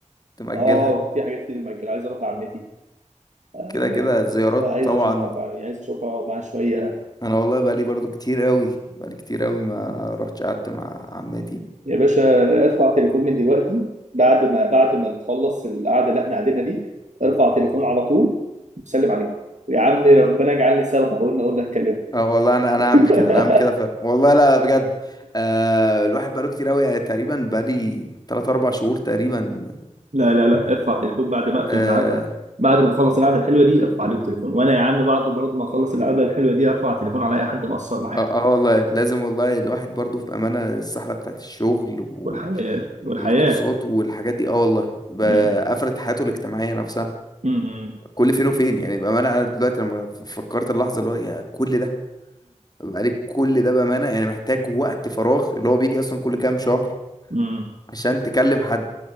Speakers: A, on the left; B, on the right.
A: تمأجلها
B: اه في حاجات كتير مأجل عايز اروح لعمتي آه،
A: كده كده زيارات
B: عايز
A: طبعا
B: اشوفها فعلا عايز اشوفها اقعد معاه شويه
A: أنا والله بقالي برضو كتير قوي بقالي كتير قوي ما رحتش قعدت مع عماتي
B: يا باشا ارفع تليفون من دلوقتي بعد ما بعد ما نخلص القعده اللي احنا قاعدينها دي ارفع تليفون على طول وسلم عليه يا عم ربنا يجعلني سبب اقول اقول لك كلمه
A: اه والله انا انا
B: <laughs>
A: عامل كده انا عامل كده فعلا والله لا لا بجد آه الواحد بقاله كتير قوي يعني تقريبا بقالي 3 4 شهور تقريبا
B: لا لا لا ارفع تليفون بعد ما اقفل
A: اه
B: معاك بعد ما نخلص القعده الحلوه دي ارفع عليهم تليفون وانا يا عم بعد برضه ما اخلص القعده الحلوه دي ارفع تليفون على اي حد مقصر معايا
A: اه آه والله لازم والله الواحد برضو في امانه السحله بتاعت الشغل وال-
B: والحياه والحياه
A: والكورسات والحاجات دي اه والله ب-
B: امم
A: قفلت حياته الاجتماعيه نفسها
B: امم
A: كل فين وفين يعني بامانه انا دلوقتي لما ف- فكرت اللحظه اللي هو يا كل ده بقالي كل ده بامانه يعني محتاج وقت فراغ اللي هو بيجي اصلا كل كام شهر
B: امم
A: عشان تكلم حد